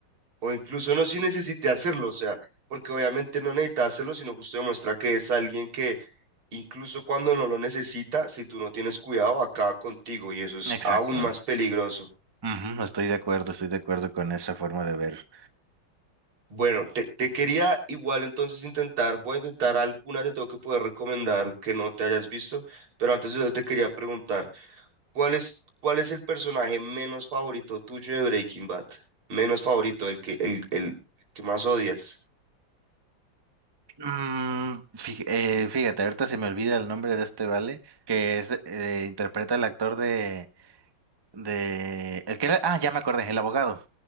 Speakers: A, on the right; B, on the right.
A: O incluso no si necesite hacerlo, o sea, porque obviamente no necesita hacerlo, sino justo demuestra que es alguien que incluso cuando no lo necesita, si tú no tienes cuidado, acaba contigo y eso es
B: Exacto.
A: aún más peligroso.
B: Ujú, estoy de acuerdo, estoy de acuerdo con esa forma de ver.
A: Bueno, te, te quería igual entonces intentar, voy a intentar algunas de tengo que poder recomendar que no te hayas visto, pero antes de eso te quería preguntar, ¿cuál es, cuál es el personaje menos favorito tuyo de Breaking Bad? Menos favorito, el que, el, el que más odias.
B: Mm, fí- eh, fíjate, ahorita se me olvida el nombre de este vale, que es, eh, interpreta el actor de, de, el que era, ah, ya me acordé, el abogado.